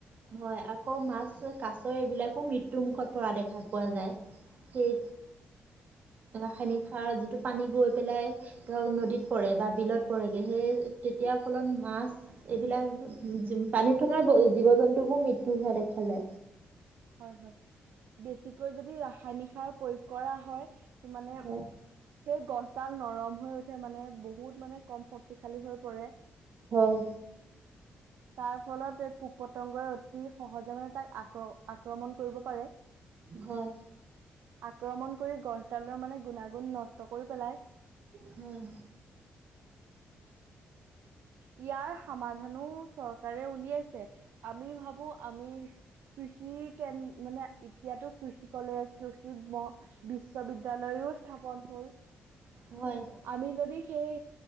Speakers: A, on the right (about 45°); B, on the right (about 65°).
A: হয় আকৌ মাছ কাছ এইবিলাকো মৃত্যু মুখত পৰা দেখা পোৱা যায়। সেই ৰাসায়নিক সাৰ যিটো পানী গৈ পেলাই ধৰক নদীত পৰে বা বিলত পৰেগে, সেই তেতিয়াৰ ফলত মাছ এইবিলাক জি পানীত থকা জীৱ জন্তুবোৰ মৃত্যু হোৱা দেখা যায়।
B: হয় হয় বেছিকৈ যদি ৰাসায়নিক সাৰ প্ৰয়োগ কৰা হয়। সিমানে
A: হয়
B: সেই গছডাল নৰম হৈ উঠে মানে বহুত মানে কম শক্তিশালী হৈ পৰে।
A: হয়।
B: তাৰ ফলত এই পোক পতংগই অতি সহজে মানে তাক আক্ৰ আক্ৰমণ কৰিব পাৰে।
A: হয়।
B: আক্ৰমণ কৰি গছডালৰ মানে গুণাগুণ নষ্ট কৰি পেলাই।
A: হয়।
B: ইয়াৰ সমাধানো চৰকাৰে উলিয়াইছে আমি ভাবো আমি কৃষি কেন মানে এতিয়াতো কৃষি কলেজ কৃষি মহ বিশ্ববিদ্যয়ালয়ও স্থাপন হ'ল।
A: হয়।
B: আমি যদি সেই